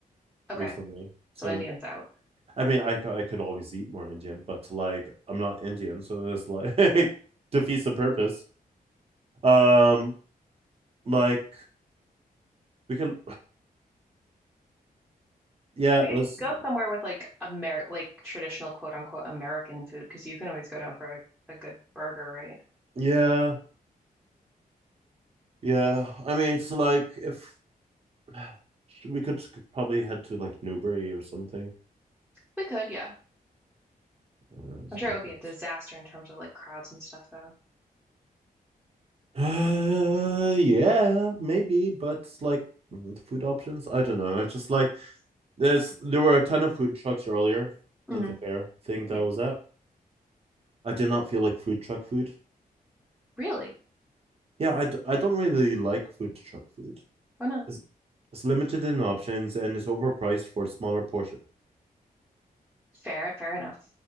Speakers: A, in the centre; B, on the right.
A: Okay,
B: recently, so
A: so Indian's out.
B: I mean I c- I could always eat more Indian, but like I'm not Indian, so it's like <laughs> defeats the purpose. Um, like we can, <sighs> yeah,
A: We
B: it was
A: could go somewhere with like Amer like traditional quote unquote American food because you can always go down for a, a good burger, right?
B: yeah yeah. I mean it's like if <sighs> we could probably head to like Newbury or something.
A: We could, yeah.
B: Uh, It's
A: I'm sure
B: like
A: it would
B: it's-
A: be a disaster in terms of like crowds and stuff though.
B: Uh, yeah, maybe, but like mm, the food options, I don't know. It's just like there's there were a ton of food trucks earlier
A: hmm
B: at the fair thing that
A: Yeah,
B: I was at. I did not feel like food truck food.
A: really?
B: Yeah, I, d- I don't really like food truck food.
A: Why not?
B: It's, it's limited in options and it's overpriced for a smaller portion.
A: Fair, fair enough.